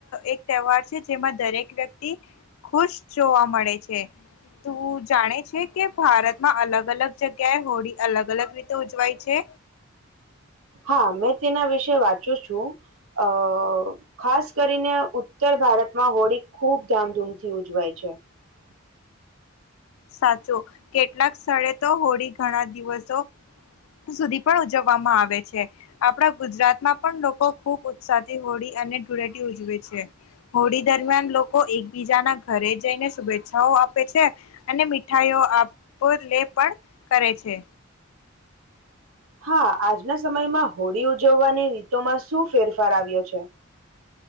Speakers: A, on the left; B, on the right.
A: એક તહેવાર છે, જેમાં દરેક વ્યક્તિ ખુશ જોવા મળે છે. તું જાણે છે, કે ભારતમાં અલગ -અલગ જગ્યાએ હોડી અલગ અલગ રીતે ઉજવાય છે.
B: હા મેં તેના વિશે વાંચું છું. અ ખાસ કરીને ઉત્તર ભારતમાં હોળી ખૂબ ધામધૂમથી ઉજવાય છે. <unintelligible> <inaudible>
A: સાચો કેટલાક સ્થળે તો હોળી ઘણા દિવસો સુધી પણ ઉજવવામાં આવે છે, આપણા ગુજરાતમાં પણ લોકો ખુબ ઉત્સાહથી હોળી અને ધૂળેટી ઉજવે છે, હોળી દરમિયાન લોકો એકબીજાના ઘરે જઈને શુભેચ્છાઓ આપે છે, અને મીઠાઈઓ આપ -લે પણ કરે છે.
B: <unintelligible> <inaudible> હા આજના સમયમાં હોળી ઉજવવાની રીતોમાં શું ફેરફાર આવ્યો છે <inaudible>